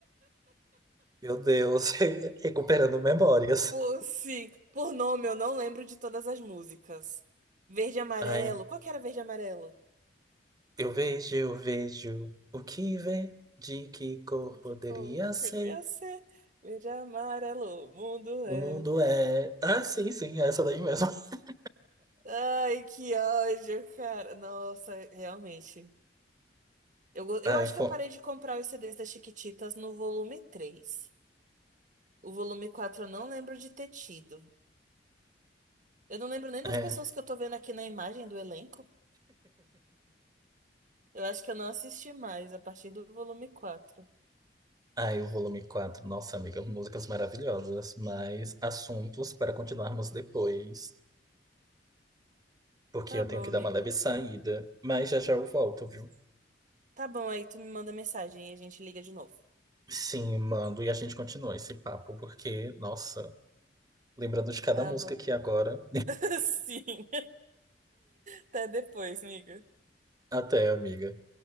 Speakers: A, on the right; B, on the right.
A: Meu Deus, <laughs> recuperando memórias.
B: Por, sim, por nome, eu não lembro de todas as músicas. Verde e amarelo.
A: Ai,
B: Qual que era verde e amarelo?
A: eu vejo, eu vejo o que vê, de que cor poderia
B: Ficou,
A: ser.
B: poderia ser. Verde e amarelo, o mundo é.
A: O mundo é. Ah, sim, sim, é essa daí mesmo. <laughs>
B: Ai, que ódio, cara. Nossa, realmente. Eu, go- eu
A: Ai,
B: acho
A: fo...
B: que eu parei de comprar os CDs das Chiquititas no volume 3. O volume 4 eu não lembro de ter tido. Eu não lembro nem das
A: é.
B: pessoas que eu tô vendo aqui na imagem do elenco. Eu acho que eu não assisti mais a partir do volume 4.
A: Ai, o volume quatro Nossa, amiga, músicas maravilhosas, mas assuntos para continuarmos depois. porque
B: Tá
A: eu
B: bom,
A: tenho que
B: amigo.
A: dar uma leve saída. Mas já já eu volto, viu?
B: Tá bom, aí tu me manda mensagem e a gente liga de novo.
A: Sim, mando. E a gente continua esse papo, porque, nossa, lembrando de cada
B: Tá
A: música
B: bom.
A: aqui agora.
B: <laughs> Sim. Até depois, amiga.
A: <laughs> Até, amiga.